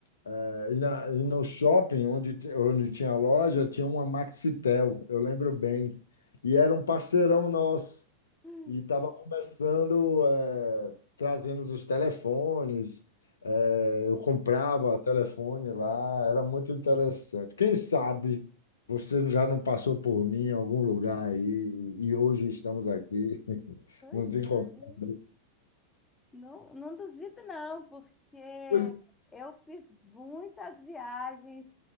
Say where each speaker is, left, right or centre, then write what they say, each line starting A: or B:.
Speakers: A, on the left; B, on the left.
A: eh, e, na- e no shopping onde, ti- onde tinha a loja, tinha uma Maxitel, eu lembro bem. E era um parceirão nosso.
B: Hum,
A: E estava começando, eh, trazendo os telefones, eh, eu comprava telefone lá, era muito interessante. Quem sabe você já não passou por mim em algum lugar aí e hoje estamos aqui <laughs>
B: Pois
A: nos encontrando.
B: é, não, não duvido não, porque
A: Pois-
B: eu fiz muitas viagens